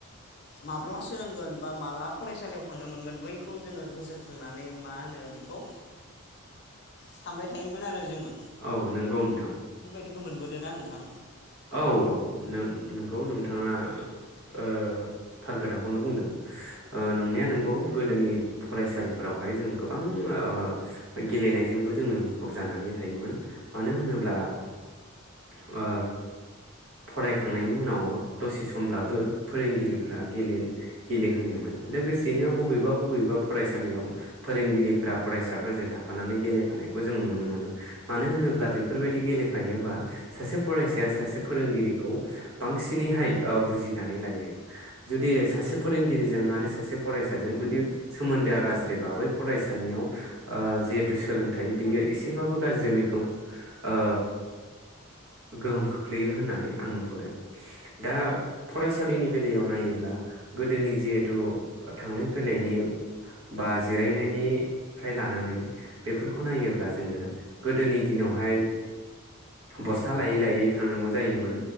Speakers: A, on the left; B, on the right.
A: माब्ला सोरगोन बा माब्ला फरायसालियाव थांनो मोनगोन बैखौ जोङो गोसोखांनानै मा होनो बेखौ सानबाय थायोमोन आरो जोङो।
B: औ नोंगौ नोंथां।
A: बेखौ मोनबोदों ना नोंथां?
B: औ औ नोंगौ नोंथाङा ओ थार खोथाखौनो बुंदों ओ नंनाया नोंगौ गोदोनि फरायसालिफोरावहाय जों गोबां ओ गेलेनायजोंबो जोङो मुखुब जानानै थायोमोन मानो होनोब्ला ओ फरायखांनायनि उनाव दसे समब्लाबो फोरोंगिरिफोरा गेलेहोयोमोन लोगोसेयैनो बबेबा बबेबा फरायसालियाव फोरोंगिरिफोरा फरायसाफोरजों थाफानानै गेलेफानायखौ जों नुनो मोनो मानो होनोब्ला बेफोरबायदि गेलेफायोबा सासे फरायसा सासे फोरोंगिरिखौ बांसिनैहाय ओ बुजिनानै लायो जुदि सासे फोरोंगिरिजों आरो सासे फरायसाजों जुदि सोमोन्दोआ गाज्रिबा बै फरायसानियाव ओ जिहेथु सोलोंथाय बियो एसेबाबो गाज्रि मैखोम ओ गोहोम खोख्लैयो होन्नानै आं नुहुरो। दा फरायसालिनि बेलायाव नायोब्ला गोदोनि जिहेथु थांलाय फैलायनि बा जिरायनायनिफ्राय लानानै बेफोरखौ नायोब्ला जोङो गोदोनि दिनावहाय बस्था लायै लायै थांनांगौ जायोमोन